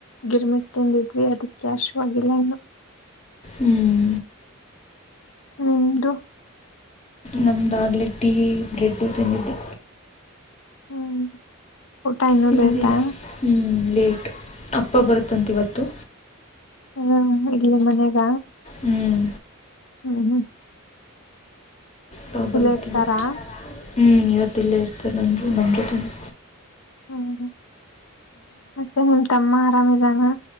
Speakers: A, on the left; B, on the left.
A: ಗಿರ್ಮಿಟ್ ತಿಂದಿದ್ವಿ ಅದಕ್ಕೆ ಹಸಿವು ಆಗಿಲ್ಲ ಇನ್ನು.
B: ಹ್ಮ್ <unintelligible>
A: ನಿಮ್ದು.
B: ನಮ್ದಾಗಲೇ ಟೀ ಬ್ರೆಡ್ ತಿಂದಿದ್ದು.
A: ಹ್ಮ್ ಊಟ ಇನ್ನು
B: ತಿನ್ನೋದಿಲ್ಲ
A: ಲೇಟಾ
B: ಹ್ಞೂ ಲೇಟು ಅಪ್ಪ ಬರುತ್ತಂತ ಇವತ್ತು.
A: ಹ ಇಲ್ಲಿ ಮನ್ಯಾಗ.
B: ಹ್ಮ್
A: ಹ್ಮ ಹ್ಮ
B: ಹ ಬರುತ್ತೆ
A: ಇಲ್ಲೇ ಇರ್ತಾರಾ
B: ಬತ್ತು ಹ್ಞೂ ಇವತ್ತಲ್ಲೇ ಇರ್ತ ನಂದೂ ನಮ್ಮ ತಂದು.
A: ಹ್ಮ್ ಮತ್ತೆ ನಿಮ್ ತಮ್ಮ ಆರಾಮಿದಾರ.